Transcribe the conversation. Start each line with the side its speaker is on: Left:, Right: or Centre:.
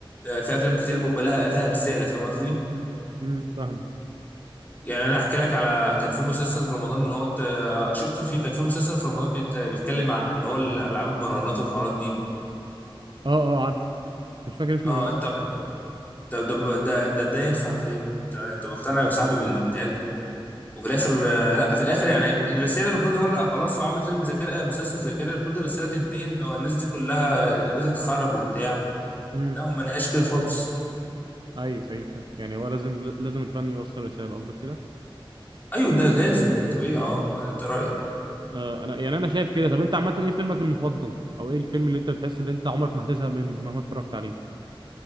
Left: آه، في افلام كتير بيبقى لها فيها رساله فاهم قصدي
Right: امم فاهمه
Left: يعني انا احكي لك على كان في مسلسل في رمضان اللي هو انت آه، شفت في كان في مسلسل في رمضان بيت- بيتكلم عن اللي هو الالعاب المراهنات والحوارات دي
Right: اه اه عارف مش فاكر اسمه
Left: اه
Right: ايه
Left: انت طب ده ده ده ده ينفع طيب انت انت مقتنع يا صاحبي باللي بيتقال ده وفي الاخر آه، لا في الاخر يعني الرساله المفروض هو لا خلاص هو عامل فيلم ذاكره مسلسل ذاكره المفروض الرساله تنتهي ان هو الناس دي كلها بيتها اتخرب وبتاع
Right: امم
Left: انهم ما لهاش كده خالص
Right: ايوه ايوه فاهم. يعني هو لازم لازم الفن يوصل رساله قصدك كده
Left: ايوه ده لازم ده طبيعي اه ولا انت رايك
Right: آه انا يعني انا شايف كده طب انت عامه ايه فيلمك المفضل او ايه الفيلم اللي انت بتحس ان انت عمرك ما هتزهق منه مهما اتفرجت عليه